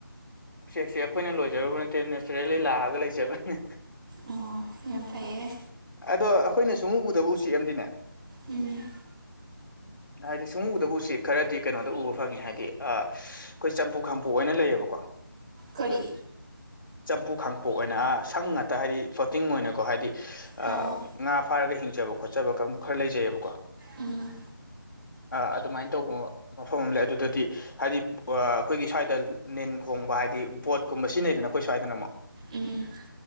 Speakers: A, on the left (about 65°); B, on the right (about 20°).
A: ꯎꯆꯦꯛꯁꯦ ꯑꯩꯈꯣꯏꯅ ꯂꯣꯏꯖꯔꯨꯕ ꯅꯠꯇꯦ ꯅꯦꯆꯔꯦꯜꯂꯤ ꯂꯥꯛꯑꯒ ꯂꯩꯖꯕꯅꯦ
B: ꯑꯣ ꯌꯥꯝ ꯐꯩꯌꯦ
A: ꯑꯗꯣ ꯑꯩꯈꯣꯏꯅ ꯁꯨꯡꯎ ꯎꯗꯕ ꯎꯆꯦꯛ ꯑꯝꯗꯤꯅꯦ
B: ꯎꯝ
A: ꯍꯥꯏꯗꯤ ꯁꯨꯡꯎ ꯎꯗꯕ ꯎꯆꯦꯛ ꯈꯔꯗꯤ ꯀꯩꯅꯣꯗ ꯎꯕ ꯐꯪꯉꯦ ꯍꯥꯏꯗꯤ ꯑꯥ ꯑꯩꯈꯣꯏ ꯆꯝꯄꯨ ꯈꯥꯡꯄꯣꯛ ꯍꯥꯏꯅ ꯂꯩꯌꯦꯕꯀꯣ
B: ꯀꯔꯤ
A: ꯆꯝꯄꯨ ꯈꯥꯡꯄꯣꯛ ꯑꯣꯏꯅ ꯑꯥ ꯁꯪ ꯉꯥꯛꯇ ꯍꯥꯏꯗꯤ ꯐ꯭ꯂꯣꯇꯤꯡ ꯑꯣꯏꯅꯀꯣ ꯍꯥꯏꯗꯤ
B: ꯑꯣ
A: ꯑꯥ ꯉꯥ ꯐꯥꯔꯒ ꯍꯤꯡꯖꯕ ꯈꯣꯠꯆꯕ ꯀꯥꯡꯕꯨ ꯈꯔ ꯂꯩꯖꯩꯌꯦꯕꯀꯣ
B: ꯎꯝ
A: ꯑꯥ ꯑꯗꯨꯃꯥꯏꯅ ꯇꯧꯕ ꯃꯐꯝ ꯑꯃ ꯂꯩ ꯑꯗꯨꯗꯗꯤ ꯍꯥꯏꯗꯤ ꯑꯩꯈꯣꯏꯒꯤ ꯁ꯭ꯋꯥꯏꯗ ꯅꯤꯟ ꯈꯣꯡꯕ ꯍꯥꯏꯗꯤ ꯕꯣꯠ ꯀꯨꯝꯕ ꯁꯤꯖꯤꯟꯅꯩꯗꯅ ꯑꯩꯈꯣꯏ ꯁ꯭ꯋꯥꯏꯗꯅ ꯑꯃꯨꯛ
B: ꯎꯝ